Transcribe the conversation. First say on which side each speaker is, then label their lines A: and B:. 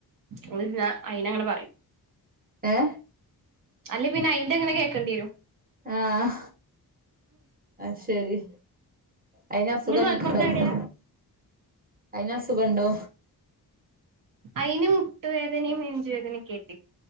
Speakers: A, on the right; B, on the right.
A: അത് ഇര്ന്ന അയിനങ്ങനെ പറയും
B: ഏ
A: അല്ലേ പിന്നെ അയ്ന്റെങ്ങനെ കേക്കണ്ടി വെരും
B: ആഹ് അത് ശെരി അയിന് അസുഖം
A: ഇങ്ങള് മലപ്പുറത്ത്
B: ഇൽ ഇണ്ടായിക്ക്‌ണൊ
A: എവിടെയാ
B: അയിന് അസുഖണ്ടോ
A: അയിന് മുട്ടുവേദനയും നെഞ്ചുവേദനയും ക്കേണ്